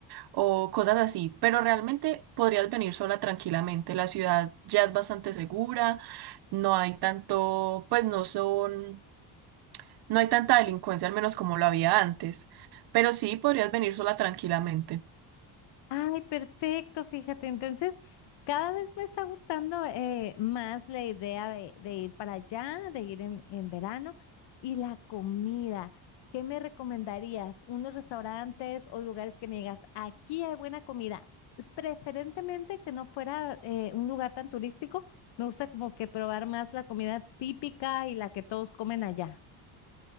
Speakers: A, on the right; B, on the left.
A: o cosas así, pero realmente podrías venir sola tranquilamente. La ciudad ya es bastante segura, no hay tanto, pues no son, no hay tanta delincuencia, al menos como lo había antes, pero sí podrías venir sola tranquilamente.
B: Ay, perfecto, fíjate. Entonces, cada vez me está gustando eh, más la idea de, de ir para allá, de ir en, en verano. Y la comida, ¿qué me recomendarías? ¿Unos restaurantes o lugares que me digas, aquí hay buena comida? Preferentemente que no fuera eh, un lugar tan turístico. Me gusta como que probar más la comida típica y la que todos comen allá.